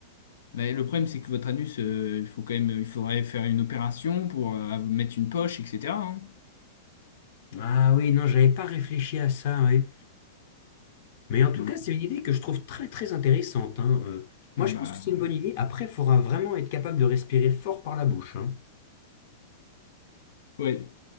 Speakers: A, on the left (about 85°); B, on the left (about 40°).
A: Ben, le problème, c'est que votre anus, euh, il faut quand même, il faudrait faire une opération pour euh, vous mettre une poche, etc. hein.
B: Ah oui, non, j'avais pas réfléchi à ça, ouais. Mais en tout
A: Ouais.
B: cas, c'est une idée que je trouve très très intéressante, hein. Euh, moi,
A: Ah
B: je
A: bah
B: pense que c'est une bonne idée. Après, il faudra vraiment être capable de respirer fort par la bouche, hein.
A: ouais.